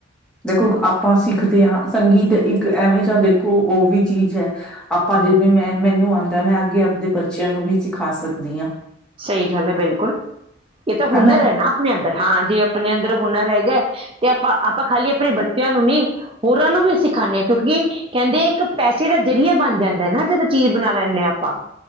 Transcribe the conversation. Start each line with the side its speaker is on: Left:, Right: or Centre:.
Centre: ਦੇਖੋ ਆਪਾਂ ਸਿੱਖਦੇ ਹਾਂ ਸੰਗੀਤ ਇੱਕ ਐਵੇਂ ਜਾਂ ਦੇਖੋ ਉਹ ਵੀ ਚੀਜ਼ ਹੈ। ਆਪਾਂ
Right: ਕਰਕੇ
Centre: ਜਿ‍ਵੇ ਮੈਂ ਮੈਨੂੰ ਆ ਮੈਂ ਅੱਗੇ ਆਪਦੇ ਬੱਚਿਆਂ ਨੂੰ ਵੀ ਸਿਖਾ ਸਕਦੀ ਹਾਂ।
Right: ਸਹੀ ਗੱਲ ਹੈ ਬਿਲਕੁਲ ਇਹ ਤਾਂ ਹੁਨਰ
Centre: ਹਨਾ
Right: ਹੈ ਨਾ ਆਪਣੇ ਅੰਦਰ ਹਾਂ ਜੇ ਆਪਣੇ ਅੰਦਰ ਹੁਨਰ ਰ ਹੈਗਾ। ਤੇ ਆਪਾਂ ਆਪਾਂ ਖਾਲੀ ਆਪਣੇ ਬੱਚਿਆਂ ਨੂੰ ਨੀ ਹੋਰਾਂ ਨੂੰ ਵੀ ਸਿਖਾਣੇ। ਕਿਉਂਕਿ ਕਹਿੰਦੇ ਇੱਕ ਪੈਸੇ ਦਾ ਜ਼ਰੀਆ ਬਣ ਜਾਂਦਾ ਨਾ ਜਦੋਂ ਚੀਜ਼ ਬਣਾ ਲੈਂਦੇ ਹਾਂ ਆਪਾਂ।